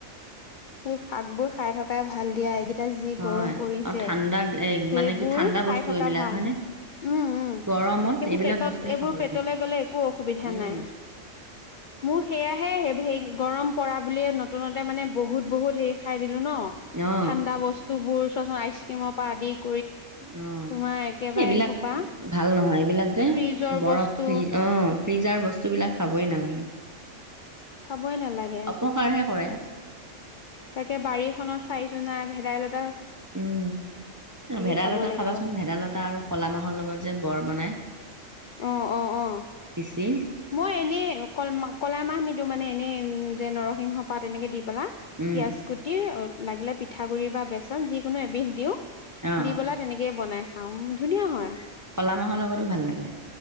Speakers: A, on the left; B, on the right.
A: স শাক বোৰ খাই থকাই ভাল দিয়া এইগিদিন এতিয়া যি
B: হয়
A: গৰম পৰিছে
B: আৰু ঠাণ্ডা এ
A: সেইবোৰ
B: মানে কি ঠাণ্ডা
A: খাই
B: বস্তু
A: থকা
B: এইবিলাক
A: ভাল
B: হয়নে
A: উম উম
B: গৰমত
A: এইবোৰ
B: এইবিলাক
A: পেটত
B: বস্তুৱে
A: এইবোৰ
B: খাব লাগে
A: পেটলৈ 'গলে একো অসুবিধা
B: উম
A: নাই মোৰ সেয়াহে সেই সেই গৰম পৰা বুলিয়ে নতুনত মানে বহুত বহুত হেৰী খাই দিলোঁ ন,
B: অ
A: ঠাণ্ডা বস্তুবোৰ আইচক্ৰীমৰ পৰা আদি কৰি
B: অ
A: তোমাৰ একেবাৰে
B: এইবিলাক
A: এসোপা
B: ভাল নহয় এইবিলাক যে
A: ফ্ৰিজৰ
B: বৰফ
A: বস্তু
B: ফ্ৰীজ অ' ফ্ৰিজৰ বস্তুবিলাক খাবই নালাগে
A: খাবই নালাগে
B: অপকাৰহে কৰে
A: তাকে বাৰীখনত চাইছো নাই জাই লটী
B: উম ভেদাইলতা
A: খাব লাগিব
B: খাবাচোন ভেদাইলতা আৰু ক'লা মাহৰ লগত যে বৰ বনাই
A: আহ আহ আহ
B: পিচি
A: মই এনেই ক কলা মাহ নিদো মানে এনে উম যে নৰসিংহ পাত এনেকে দি ালা
B: উম
A: পিয়াজ কুটিৰ লাগিলে পিঠাগুডৰিি বা বেচন যিকোনো এবিধ দিও
B: অ
A: দি
B: অ
A: পেলা তেনেকেই বনাই খাম ধুনীয়া হয়
B: ক'লা মাহৰ লগতো ভাল লাগে